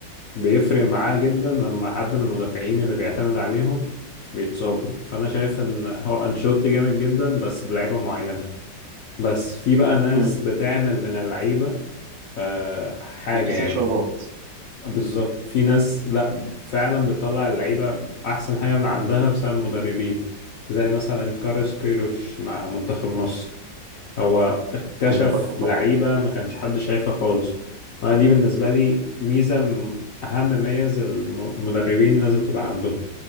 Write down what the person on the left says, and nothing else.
بيفرق معاه جدا لما حد من المدافعين اللي بيعتمد عليهم بيتصابوا فأنا شايف إن هو أنشيلوتي جامد جدا بس بلعيبة معينة بس في بقى ناس
بتعمل من اللعيبة آه، حاجة
يعني
بالظبط في ناس لا فعلا بتطلع اللعيبة أحسن حاجة من عندها بسبب المدربين زي مثلا كارلوس كيروش مع منتخب مصر هو اكتشف
لعيبة ما كانش حد شايفها خالص وانا دي بالنسبة لي ميزة م- اهم ميز المدربين لازم تبقى عندهم